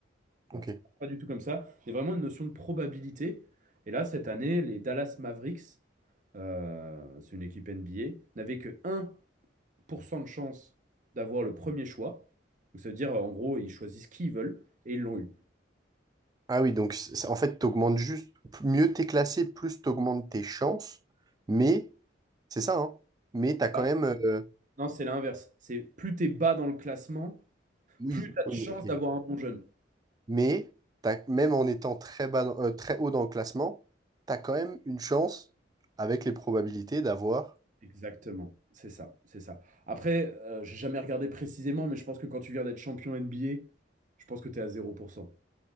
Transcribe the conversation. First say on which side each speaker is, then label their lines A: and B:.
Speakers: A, on the right; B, on the right.
A: Voilà,
B: ok.
A: c'est pas du tout comme ça. Il y a vraiment une notion de probabilité. Et là, cette année, les Dallas Mavericks, euh, c'est une équipe NBA, n'avaient que un pour cent de chance d'avoir le premier choix. Donc ça veut dire, euh, en gros, ils choisissent qui ils veulent et ils l'ont eu.
B: Ah oui, donc c'est- c'est- en fait, tu juste, p- mieux t'es classé, plus tu tes chances, mais c'est ça, hein, mais t'as quand
A: Alors,
B: même... euh,
A: non, c'est l'inverse. C'est plus t'es bas dans le classement,
B: oui,
A: plus t'as de
B: oui,
A: chance
B: ok.
A: d'avoir un bon jeune.
B: Mais t'as- même en étant très bas dans- euh, très haut dans le classement, tu as quand même une chance avec les probabilités d'avoir.
A: Exactement. C'est ça, c'est ça. Après, euh, j'ai jamais regardé précisément, mais je pense que quand tu viens d'être champion NBA, je pense que tu es à 0%